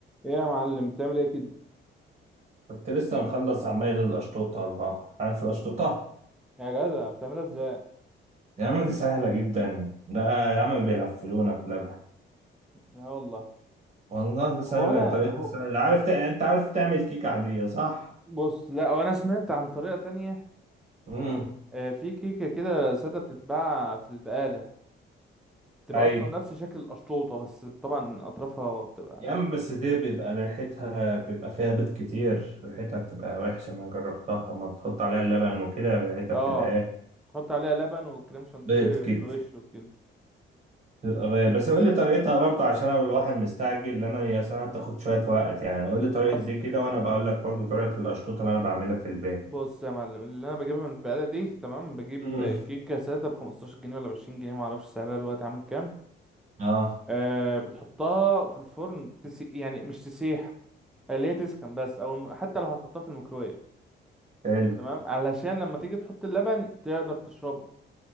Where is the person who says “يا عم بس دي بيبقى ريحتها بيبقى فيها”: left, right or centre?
Right